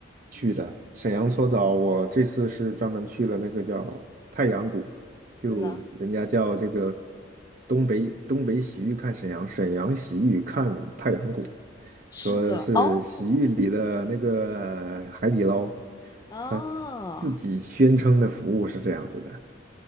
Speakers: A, on the right; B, on the left.
A: 去的。沈阳搓澡，我这次是专门去了那个叫太阳谷，就人家叫这个
B: 真的，
A: 东北东北洗浴看沈阳，沈阳洗浴看太阳谷，
B: 是的，
A: 说是洗浴里的那个海底捞，
B: 哦，啊，
A: 他自己宣称的服务是这样子的。